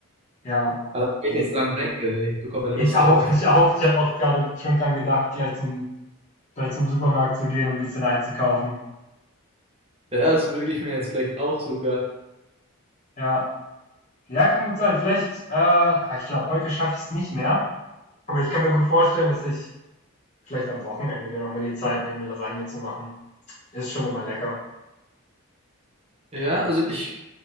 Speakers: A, on the left; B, on the right.
A: Ja,
B: Aber
A: oh,
B: wenn ich
A: das
B: jetzt dran denke, ich bekomme
A: Ich
B: Lust
A: auch,
B: drauf.
A: ich auch. Ich habe auch gerade schon dran gedacht, gleich zum, gleich zum Supermarkt zu gehen und ein bisschen einzukaufen.
B: Ja, das würde ich mir jetzt vielleicht auch sogar.
A: Ja, ja, kann gut sein. Vielleicht, äh, ah, ich glaube, heute schaffe ich es nicht mehr. Aber ich kann mir gut vorstellen, dass ich vielleicht am Wochenende mir nochmal die Zeit nehme, eine Lasagne zu machen. Ist schon immer lecker.
B: Ja, also ich,